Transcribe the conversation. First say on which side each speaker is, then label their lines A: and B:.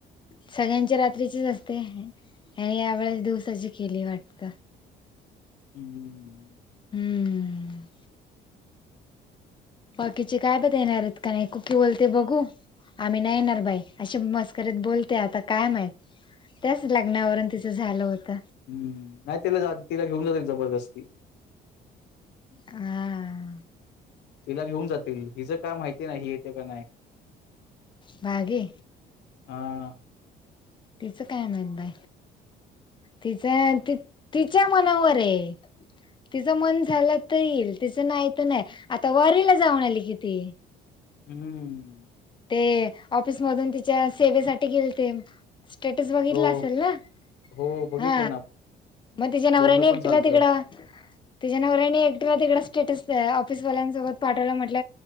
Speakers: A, on the left; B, on the left.
A: सगळ्यांची रात्रीचीच असते याने यावेेळेस दिवसाची केली वाटतं.
B: हम्म!
A: हम्म! बाकीचे काय कधी येणार आहेत का नाही कुकी बोलते बघू आम्ही नाही येणार बाई अशी मस्करीत बोलते आता काय माहीत. त्याच लग्नावरून तिचं झालं होत.
B: हम्म नाही तिला जात तिला घेऊन जाय जबरदस्ती.
A: हा!
B: तिला घेऊन जातील, हिचं काय माहिती नाही येते का नाय.
A: बागे
B: हा!
A: तिचं काय माहित बाय तिचं तिच्या मनावर हाय. तिचं मन झालं तर येईल तिचं नाही तर नाही आता वारीला जाऊन आली कि ती.
B: हम्म!
A: ते ऑफिस मधून तिच्या सेवेसाठी गेलते. स्टेटस बगितला
B: हो,
A: असेल ना?
B: हो बघितलं
A: हा
B: ना.
A: म तिच्या नवराणे
B: बोलणं
A: एकटिला
B: पण झालतं.
A: तिकड तिच्या नवराने एकटिला तिकड स्टेटस ऑफिसवाल्यांसोबत पाठवलं म्हटल